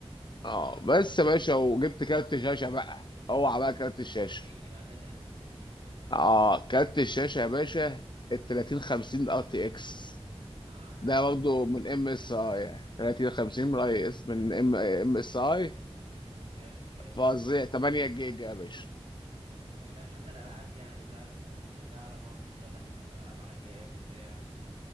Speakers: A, on the left; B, on the right.
A: اه
B: آه،
A: بس يا باشا وجبت كارت شاشه بقى اوعى بقى كارت الشاشه
B: وريني بقى ده اللي احنا مستنيينه
A: اه كارت الشاشه يا باشا ال 3050 ار تي اكس
B: اه حلو
A: ده برضه من ام اس اي 3050 من اي اس من ام ام اس اي
B: طب جامد جامد
A: فظيع 8 جيجا يا باشا
B: طب, طب ايه ده شغل العاب يعني بقى كل ده على بعضه شغل لك مثلا العاب على كام بتاع